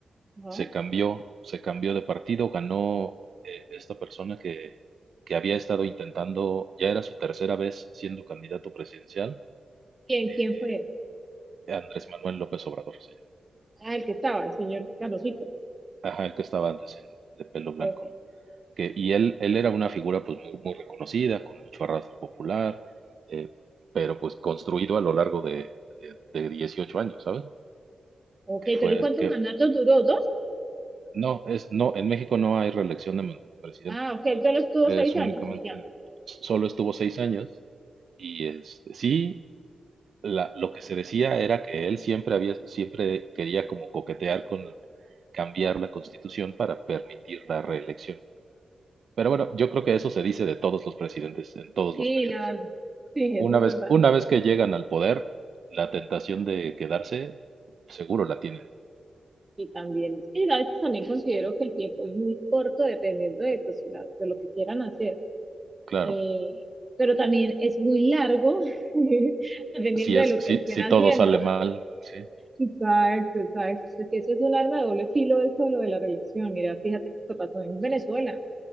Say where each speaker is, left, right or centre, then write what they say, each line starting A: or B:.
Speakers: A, on the right; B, on the right.
A: Ajá.
B: se cambió, se cambió de partido, ganó eh, esta persona que, que había estado intentando, ya era su tercera vez siendo candidato presidencial,
A: ¿Quién,
B: eh,
A: quién fue?
B: Andrés Manuel López Obrador, sí.
A: Ah, el que estaba, el señor Canosito.
B: Ajá, el que estaba antes en- de pelo blanco.
A: Ok,
B: Que, y él, él era una figura pues muy, muy reconocida, con mucho arrastre popular, eh, pero pues construido a lo largo de, de, de 18 años, ¿sabes?
A: ok,
B: Que
A: pero
B: fue,
A: ¿el ¿cuántos
B: que
A: mandatos duró? ¿Dos?
B: no, es, no, en México no hay reelección de presidente,
A: Ah, ok, él solo estuvo
B: es
A: seis años
B: únicamente,
A: y ya.
B: solo estuvo seis años Y este, sí, la- lo que se decía era que él siempre había, siempre quería como coquetear con cambiar la constitución para permitir la reelección. Pero bueno, yo creo que eso se dice de todos los presidentes en todos
A: Sí,
B: los periodos.
A: la verdad. Sí, eso
B: Una
A: es
B: vez,
A: verdad.
B: una vez que llegan al poder, la tentación de quedarse, seguro la tienen,
A: Y también, es que a veces también considero que el tiempo es muy corto dependiendo de, pues, la- de lo que quieran hacer.
B: claro.
A: Eh, pero también es muy largo <laughs> dependiendo
B: Si
A: de
B: es,
A: lo
B: si,
A: que estén
B: si
A: haciendo.
B: todo sale mal, sí.
A: Exacto, exacto. Porque eso es un arma de doble filo, eso de lo de la relación. Mira, fíjate lo que pasó en Venezuela.